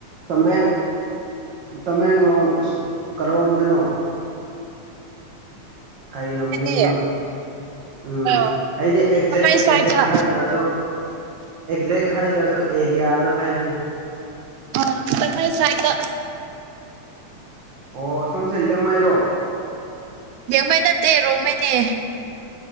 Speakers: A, on the right; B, on the right.
A: ꯃꯦ ꯇꯃꯦꯡꯂꯣꯡ ꯀꯔꯣꯝꯗꯅꯣ ꯀꯩ ꯂꯝꯗꯗꯒꯤꯅꯣ
B: ꯍꯥꯏꯗꯤ
A: ꯎꯝ
B: ꯑ
A: ꯍꯥꯏꯗꯤ ꯑꯦꯛꯖꯦꯛ
B: ꯇꯃꯩ ꯁꯥꯏꯠꯇ
A: ꯑꯦꯛꯖꯦꯛ ꯍꯥꯏꯗ꯭ꯔꯁꯨ ꯑꯦꯛꯖꯦꯛ ꯍꯥꯏ ꯇꯔꯁꯨ ꯑꯦꯔꯤꯌꯥꯗꯣ ꯍꯥꯏꯌꯅꯦ
B: ꯑ ꯀꯁꯥꯏꯁꯥꯏꯇ
A: ꯑꯣ ꯁꯣꯝꯁꯦ ꯂꯦꯡꯉꯩꯔꯣ
B: ꯅꯃꯥꯏ ꯅꯠꯇꯦ ꯔꯣꯃꯥꯏꯅꯦ